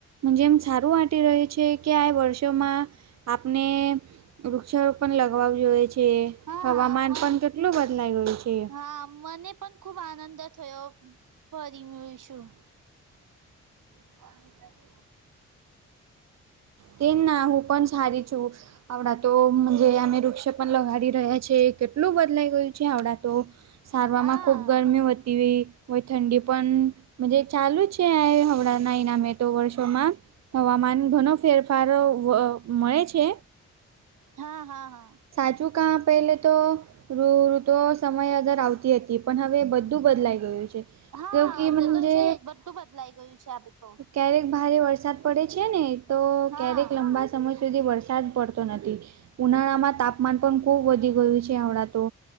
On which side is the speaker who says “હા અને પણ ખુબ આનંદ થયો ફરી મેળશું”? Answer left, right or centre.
Right